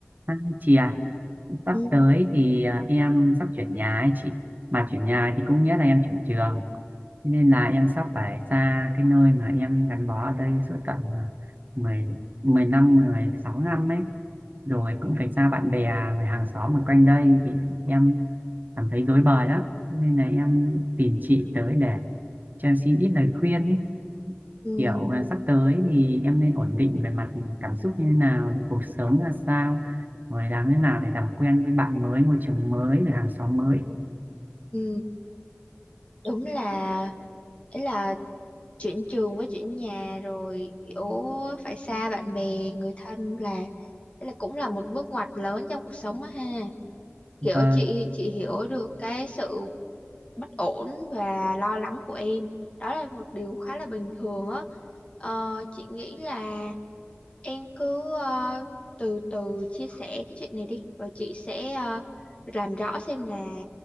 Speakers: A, on the right (about 45°); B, on the left (about 30°).
A: À, chị à, sắp
B: Ừ,
A: tới thì à, em sắp chuyển nhà ấy chị. Mà chuyển nhà thì cũng nghĩa là em chuyển trường. Thế nên là em sắp phải xa cái nơi mà em gắn bó ở đây suốt tận à, mười, mười năm, mười sáu năm ấy. Rồi cũng phải xa bạn bè, về hàng xóm ở quanh đây thì em cảm thấy rối bời lắm. Nên là em tìm chị tới để cho em xin ít lời khuyên ấy
B: ừ,
A: kiểu à, sắp tới thì em nên ổn định về mặt cảm xúc như thế nào cuộc sống là sao rồi làm thế nào để làm quen với bạn mới môi trường mới rồi hàng xóm mới
B: ừ. Đúng là ấy là chuyển trường với chuyển nhà rồi kiểu phải xa bạn bè người thân là ấy là cũng là một bước ngoặt lớn trong cuộc sống á ha
A: vâng
B: kiểu chị chị hiểu được cái sự bất ổn và lo lắng của em đó là một điều khá là bình thường á ờ, chị nghĩ là Em cứ ờ, từ từ chia sẻ cái chuyện này đi, rồi chị sẽ ờ, làm rõ xem là